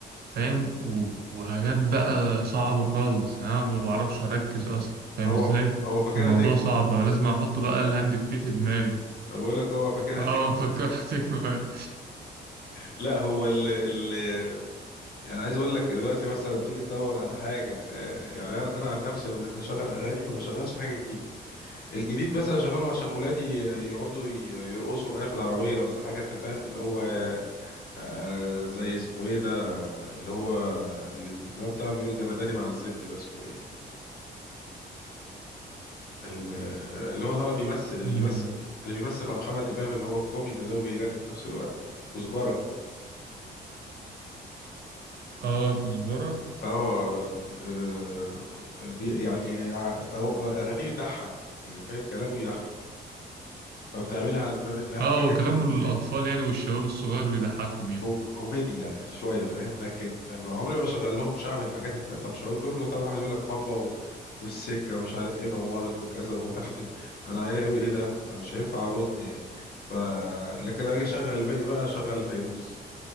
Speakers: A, on the right; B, on the left.
A: فاهم و- وحاجات بقى صعبة خالص يعني انا ما بعرفش اركز اصلا فاهم
B: هو
A: ازاي
B: ف... هو فاكرها
A: فالموضوع
B: تكنو
A: صعب فلازم احط بقى الهاند فري في دماغي
B: انا بقول لك هو فاكرها
A: اه
B: تكنو
A: فكرتك بقى
B: لا هو ال ال يعني عايز اقول لك دلوقتي مثلا لما تيجي تدور على حاجه آه، يعني انا أنا عن نفسي لما بشغل اغاني ما بشغلش حاجه جديده الجديد بس بشغله عشان ولادي آه، يقعدوا ي- يرقصوا معايا في العربيه ولا حاجه انت فاهم اللي هو آه، زي اسمه ايه ده اللي هو اللي اللي هو بتاع بيقول جمداني مع الزبد ده اسمه ايه ال- اللي هو طالع بيمثل اللي
A: <laughs> مين
B: بيمثل
A: ده؟
B: اللي بيمثل مع محمد إمام اللي هو الكوميدي ده وبيغني في نفس الوقت كزبرة
A: اه كزبرة
B: اه آه، بي- يعني يع- أو- آه، أغانيه بتضحك يعني فاهم كلامه يضحك فبتعملها على باب إنها
A: اه
B: حاجة
A: وكلام
B: كوميدية
A: الأطفال يعني والشباب الصغير بيضحكهم يعني
B: كو- كوميدي يعني شويه فاهم لكن عمري ما شغل لهم شعبي الحاجات التالتة مش هقول جمله طبعا واحد يقول لك مطوه و... والسنجه ومش عارف ايه نورت وكذا وفتحت في... انا عيالي هيقولوا ايه ده مش هينفع ارد يعني ف لكن انا اجي اشغل الباقي بقى اشغل فيروز